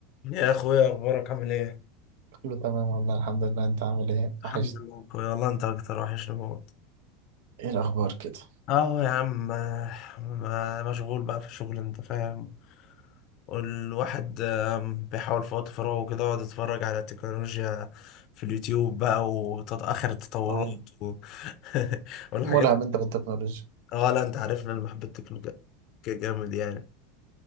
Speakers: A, on the left; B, on the right.
A: يا اخويا اخبارك عامل ايه
B: كله تمام والله الحمد لله انت عامل ايه
A: الحمد
B: وحشت
A: لله أخويا، والله انت اكتر وحشني موت
B: ايه الاخبار كده
A: اه يا عم ما- مشغول بقى في الشغل انت فاهم والواحد آم، بيحاول في وقت فراغه كده يقعد يتفرج على التكنولوجيا في اليوتيوب بقى وتتأخر التطورات
B: اه،
A: و... <laughs> والحاجات
B: ملهم انت بالتكنولوجيا
A: اه لا انت عارفنا اللي بحب التكنولوجيا جامد يعني